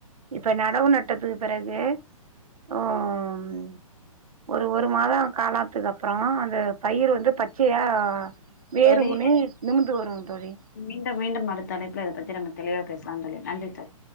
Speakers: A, on the right (about 80°); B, on the left (about 30°).
A: இப்ப நடவு நட்டத்துக்கு பிறகு ம் ஒரு ஒரு மாத காலாத்துக்கு அப்றோ அந்த பயிர் வந்து பச்சையா வேறு
B: தோழி
A: ஊனி நிமிந்து வரு தோழி
B: மீண்டும் மீண்டும் அடுத்தழைப்புல இத பத்தி நம்ம தெளிவா பேசலாம் தோழி நன்றி தோழி